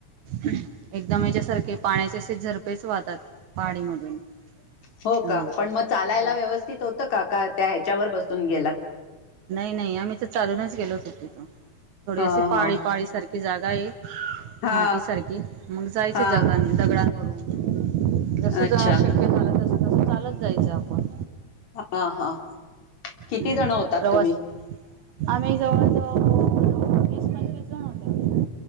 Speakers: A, on the right (about 75°); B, on the left (about 65°).
A: एकदम याच्या्यासारखे पाण्याचे असे झरपेच वाहतात. पहाडी मधून
B: हो
A: हम्म
B: का पण मग चालायला
A: हम्म
B: व्यवस्थित होतं का का त्या ह्याच्यावर बसून गेलात.
A: नाही नाही आम्ही तर चालूनच गेलोत तिथून थोडी
B: हा
A: अशी पाळी
B: हा
A: पाळी सारखी जागा आहे एक.
B: हा
A: माटी सारखी मग जायचे
B: हा.
A: दगडान दगडांवरून जस
B: अच्छा
A: जान शक्य झालं तस तस चालत जायचं आपण
B: हा हा किती
A: हम्
B: जण होतात
A: प्रवास
B: तुम्ही?
A: आम्ही जवळ जवळ वीस पंचवीस जण होते आम्ही.